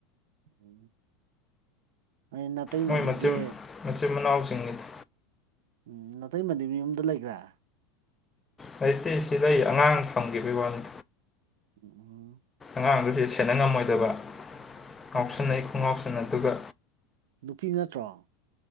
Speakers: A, on the right; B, on the left.
A: ꯎꯝ ꯑꯩ ꯅꯇꯩꯃꯗꯨꯗꯤ
B: ꯃꯣꯏ ꯃꯆꯤꯟ ꯃꯆꯤꯟ ꯃꯅꯥꯎꯁꯤꯡꯅꯤꯗ
A: ꯎꯝ ꯅꯇꯩꯃꯗꯤ ꯃꯌꯨꯝꯗ ꯂꯩꯒꯔꯦ
B: ꯂꯩꯇꯦ ꯁꯤ ꯂꯩ ꯑꯉꯥꯡ ꯊꯝꯈꯤꯕꯒꯤ ꯋꯥꯅꯤ
A: ꯎꯝꯎꯝ
B: ꯑꯉꯥꯡꯗꯨꯗꯤ ꯁꯦꯟꯅ ꯉꯝꯃꯣꯏꯗꯕ ꯉꯥꯎꯁꯟꯅꯩ
A: ꯎꯝ
B: ꯈꯨꯉꯥꯎꯁꯟꯅꯗꯨꯒ
A: ꯅꯨꯄꯤ ꯅꯠꯇ꯭ꯔꯣ